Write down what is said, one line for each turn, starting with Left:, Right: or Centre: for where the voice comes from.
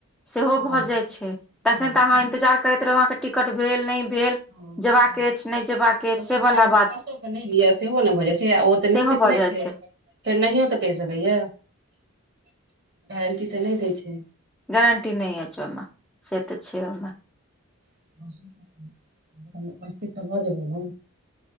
Centre: सेहो
Right: हँ
Centre: भऽ जाइत छै
Right: हँ
Centre: तखन
Right: हँ
Centre: तऽ अहाँ इन्तजार करैत रहू अहाँकेँ टिकट भेल नहि भेल
Right: <inaudible>
Centre: जेबाक अछि नहि जेबाक
Right: त
Centre: अछि
Right: ओइ
Centre: से
Right: दोआरे
Centre: वला बात
Right: बस क नै लिए सेहो नऽ भऽ जयछै ओ तऽ
Centre: सेहो
Right: निश्चित
Centre: भऽ
Right: नहि
Centre: जाइ
Right: छै फेर नहियो तऽ कहि सकैयऽ <inaudible> गारंटी तऽ नहि दै छै
Centre: गारंटी नहि अछि ओइम से तऽ छै ओइम
Right: <inaudible> <unintelligible> उपस्थित तऽ भऽ जेबै ने